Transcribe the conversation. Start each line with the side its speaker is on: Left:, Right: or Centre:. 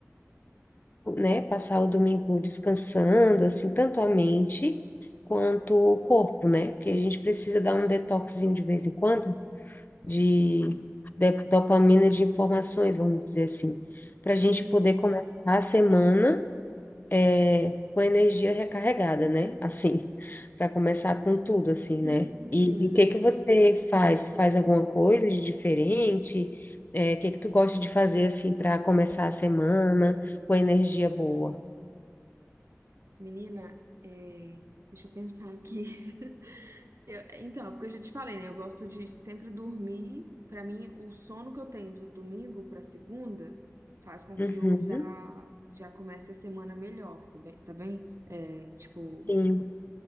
Left: né, passar o domingo descansando, assim, tanto a mente quanto o corpo, né? Porque a gente precisa dar um detoxinho de vez em quando de, de- dopamina de informações, vamos dizer assim, para
Right: Sim,
Left: a gente poder começar a semana é, com a energia recarregada, né? Assim, para começar com tudo, assim,
Right: <laughs>
Left: né? E,
Right: sim.
Left: e o que que você faz? Faz alguma coisa de diferente? É, o que que tu gosta de fazer, assim, para começar a semana com energia boa?
Right: Menina, é, deixa eu pensar aqui. <laughs> Eu- então, é porque eu já te falei, né? Eu gosto de sempre dormir. Pra mim, o sono que eu tenho do domingo pra segunda faz com
Left: Uhum,
Right: que eu já já comece a semana melhor, sabe? Tá bem? É, tipo,
Left: sim.